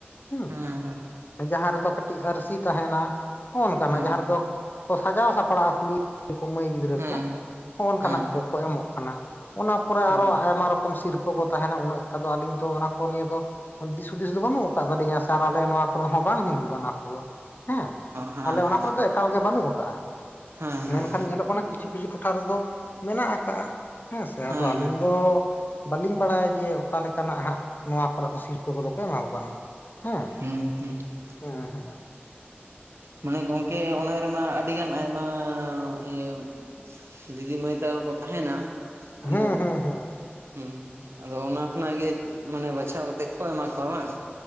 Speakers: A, on the left; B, on the right.
A: ᱦᱩᱸ
B: ᱦᱮᱸ
A: ᱡᱟᱦᱟᱸ ᱨᱮᱫᱚ ᱠᱟᱹᱴᱤᱡ ᱟᱹᱨᱥᱤ ᱛᱟᱦᱮᱱᱟ ᱚᱱᱠᱟᱱᱟᱜ
B: ᱦᱮᱸ
A: ᱡᱟᱦᱟᱸ ᱨᱮᱫᱚ ᱠᱚ ᱥᱟᱡᱟᱣ ᱥᱟᱯᱲᱟᱣᱟ ᱠᱩᱲᱤ ᱢᱟᱹᱭ ᱜᱤᱫᱽᱨᱟᱹ
B: ᱦᱮᱸ ᱦᱮᱸ
A: ᱠᱚ ᱦᱚᱸᱜ ᱚᱱᱠᱟᱱᱟᱜ
B: ᱦᱮᱸ ᱦᱮᱸ
A: ᱠᱚᱠᱚ ᱮᱢᱚᱜ ᱠᱟᱱᱟ ᱾ ᱚᱱᱟ ᱯᱚᱨᱮ
B: ᱚ
A: ᱟᱨᱚ ᱟᱭᱢᱟ ᱨᱚᱠᱚᱢ ᱥᱤᱨᱯᱷᱟᱹ ᱠᱚ ᱛᱟᱦᱮᱱᱟ ᱩᱱᱟᱹᱜ ᱮᱠᱴᱟ ᱫᱚ ᱟᱹᱞᱤᱧ ᱫᱚ ᱚᱱᱟ ᱠᱚ ᱱᱤᱭᱮ ᱫᱚ ᱫᱤᱥ ᱦᱩᱫᱤᱥ ᱫᱚ ᱵᱟᱹᱱᱩᱜ ᱟᱠᱟᱫ ᱛᱟᱞᱤᱧᱟ ᱥᱮ ᱟᱨ ᱟᱞᱮ ᱱᱚᱣᱟ ᱠᱚᱨᱮ ᱦᱚᱸ ᱵᱟᱝ ᱦᱩᱭᱩᱜᱼᱟ ᱚᱱᱟ ᱠᱚᱫᱚ ᱦᱮᱸ
B: ᱦᱮᱸ
A: ᱟᱞᱮ
B: ᱦᱮᱸ
A: ᱚᱱᱟ ᱠᱚᱨᱮ ᱫᱚ ᱮᱠᱟᱞ ᱜᱮ ᱵᱟᱹᱱᱩᱜ ᱟᱠᱟᱜᱼᱟ
B: ᱦᱮᱸ ᱦᱮᱸ
A: ᱢᱮᱱᱠᱷᱟᱱ ᱧᱮᱞᱚᱜ ᱠᱟᱱᱟ ᱠᱤᱪᱷᱩ ᱠᱤᱪᱷᱩ ᱴᱚᱴᱷᱟ ᱨᱮᱫᱚ ᱢᱮᱱᱟᱜ ᱟᱠᱟᱜᱼᱟ ᱦᱮᱸᱥᱮ
B: ᱦᱮᱸ
A: ᱟᱫᱚ ᱟᱹᱞᱤᱧ
B: ᱦᱮᱸ
A: ᱫᱚ ᱵᱟᱹᱞᱤᱧ ᱵᱟᱲᱟᱭᱟ ᱡᱮ ᱚᱠᱟ ᱞᱮᱠᱟᱱᱟᱜ ᱦᱟᱸᱜ ᱱᱚᱣᱟ ᱠᱚᱨᱮ ᱠᱚ ᱥᱤᱨᱯᱷᱟᱹ ᱠᱚᱫᱚ ᱠᱚ ᱮᱢᱟ ᱠᱚ ᱠᱟᱱᱟ ᱦᱮᱸ
B: ᱦᱩᱸ
A: ᱾
B: ᱦᱩᱸ ᱾
A: ᱦᱮᱸ ᱦᱮᱸ ᱾
B: ᱢᱟᱱᱮ ᱜᱚᱝᱠᱮ ᱚᱱᱟ ᱨᱮᱢᱟ ᱟᱨ ᱟᱹᱰᱤ ᱜᱟᱱ ᱟᱭᱢᱟ ᱤᱭᱟᱹ ᱫᱤᱫᱤ, ᱢᱟᱹᱭ ᱛᱟᱠᱚ ᱠᱚ ᱛᱟᱦᱮᱱᱟ
A: ᱦᱩᱸ
B: ᱟᱫᱚ
A: ᱦᱩᱸ ᱦᱩᱸ
B: ᱦᱩᱸ ᱟᱫᱚ ᱚᱱᱟ ᱠᱷᱚᱱᱟᱜ ᱜᱮ ᱢᱟᱱᱮ ᱵᱟᱪᱷᱟᱣ ᱠᱟᱛᱮᱫ ᱠᱚ ᱮᱢᱟ ᱠᱚᱣᱟ ᱵᱟᱝ?